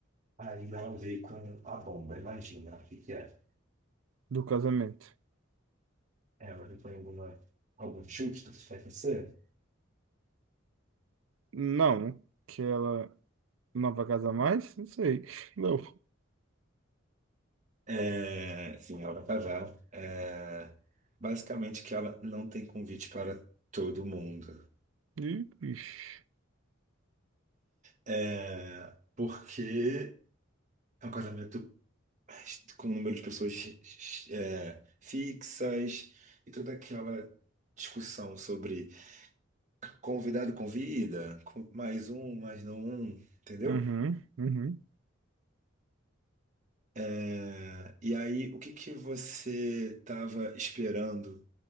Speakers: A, on the right; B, on the right.
A: Aí ela veio com a bomba, imagina o que que é.
B: do casamento.
A: Ela veio com alguma, algum chute do que vai acontecer?
B: Não, que ela não vai casar mais? Não sei. Não.
A: É, sim, ela vai casar. É, basicamente que ela não tem convite para todo mundo.
B: Ih, Ixi.
A: É, porque é um casamento com um número de pessoas é, fixas e toda aquela discussão sobre convidado convida, com mais um, mais não um, entendeu?
B: Uhum, uhum.
A: É, e aí, o que que você estava esperando